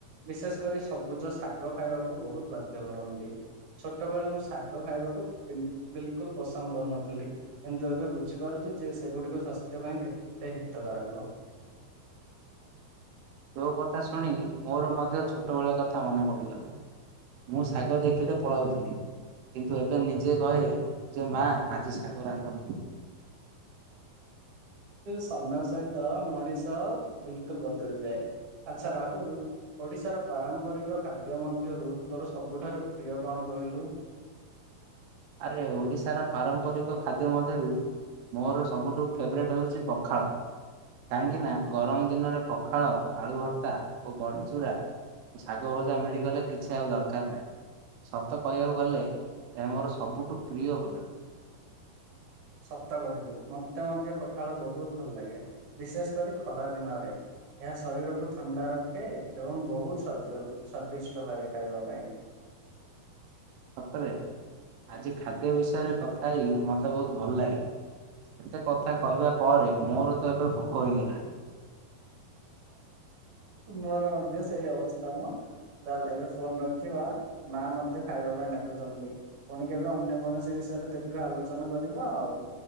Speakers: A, on the right; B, on the right.
A: ବିଶେଷ କରି ସବୁଜ ଶାଗ ଖାଇବାକୁ ବହୁତ ବାଧ୍ୟ କରନ୍ତି। ଛୋଟବେଳେ ମୁଁ ଶାଗ ଖାଇବାକୁ ବିଲକୁଲ ପସନ୍ଦ କରୁନଥିଲି। କିନ୍ତୁ ଏବେ ବୁଝିପାରୁଛି ଯେ ସେଗୁଡିକ ସ୍ୱାସ୍ଥ୍ୟ ପାଇଁ କେତେ ହିତକାରକ।
B: ତୋ କଥା ଶୁଣି ମୋର ମଧ୍ୟ ଛୋଟବେଳେଆ କଥା ମନେ ପଡ଼ିଗଲା। ମୁଁ ଶାଗ ଦେଖିଲେ ପଳାଉଥିଲି। କିନ୍ତୁ ଏବେ ନିଜେ କହେ ଯେ ମା ଆଜି ଶାଗ ରାନ୍ଧନ୍ତୁ।
A: ସମୟ ସହିତ ମଣିଷ ବିଲକୁଲ ଓଦଳି ଯଏ ଆଚଛା ରାହୁଲ। ଓଡିଶାର ପାରମ୍ପରିକ ଖାଦ୍ୟ ମଧ୍ୟରୁ ତୋର ସବୁଠାରୁ ପ୍ରିୟ କଣ କହିଲୁ?
B: ଆରେ ଓଡିଶାର ପାରମ୍ପରିକ ଖାଦ୍ୟ ମଧ୍ୟରୁ ମୋର ସବୁଠୁ ଫେବରାଇଟ୍ ହେଉଛି ପଖାଳ। କାହିଁକି ନା ଗରମ ଦିନରେ ପଖାଳ ଆଳୁ ଭର୍ତ୍ତା ଓ ବଢ ଚୁରା। ଶାଗ ଭଜା ମିଳିଗଲେ କିଛି ଆଉ ଦରକାର ନାହିଁ ସତ କହିବାକୁ ଗଲେ ମୋର। ସବୁଠୁ ପ୍ରିୟ ଭଜନ।
A: ସତ କହିଲୁ ମତେ ମଧ୍ୟ ପଖାଳ ବହୁତ ଭଲ ଲାଗେ ବିଶେଷ କରି ଖରା ଦିନରେ। ଏହା ଶରୀରକୁ ଥଣ୍ଡା ରଖେ ଏବଂ ବହୁତଦ ସ୍ଵାଦିଷ୍ଟ ଲାଗେ ଖାଇବା ପାଇଁ।
B: ସତରେ ଆଜି ଖାଦ୍ୟ ବିଷୟରେ କଥା ହେଇ ମୋତେ ବହୁତ ଭଲ ଲାଗିଲା। ଏତେ କଥା କହିବା ପରେ ମୋର ତ ଏବେ ଭୋକ ହେଇଗଲାଣି।
A: ମୋର ମଧ୍ୟ ସେଇ ଅବସ୍ଥା ମୁଁ। ତାଲ ଏବେ ଫୋନ ରଖିବା ମା ମଧ୍ୟ ଖାଇବା ପାଇଁ ଡାକୁଛନ୍ତି। ପୁଣି କେବେ ଅନ୍ୟ କୌଣସି ବିଷୟରେ ଦୀର୍ଘ ଆଲୋଚନା କରିବ ଆଉ।